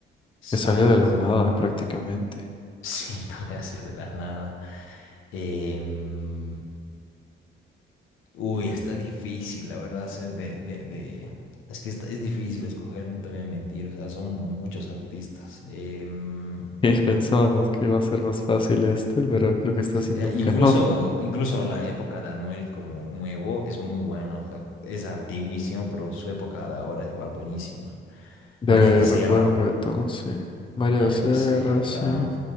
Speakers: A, on the left; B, on the left.
A: Que salió
B: Saico,
A: de la nada prácticamente.
B: sí, <laughs> también hacía de la nada. Em, uy, está difícil, la verdad, hacer de, de, de- Es que está- es difícil escoger, no te voy a mentir, o sea, son muchos artistas. Em,
A: Y <laughs> pensábamos que iba a ser más fácil este, pero creo que está
B: Sí,
A: siendo
B: eh, incluso,
A: <laughs> peor.
B: incluso la época de Anuel como nuevo es muy buena. o sea, es antiguísimo, pero su época de ahora es igual buenísima.
A: De
B: María Becerra,
A: re- buen reto, sí. Mario
B: María
A: Serra,
B: Becerra,
A: sí.